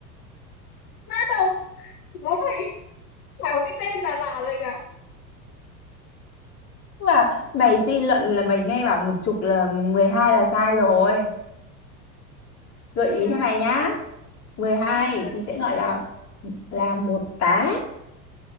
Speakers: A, on the left; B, on the left.
A: hết đâu nó vậy chả có cái tên nào lạ vậy cả
B: mà mày suy luận là mày nghe bảo một chục là 12 là sai rồi gợi ý
A: thế
B: cho
A: ai
B: mày nhá mười hai
A: thế ai là
B: thì
A: cái
B: sẽ gọi
A: thế
B: là là một tá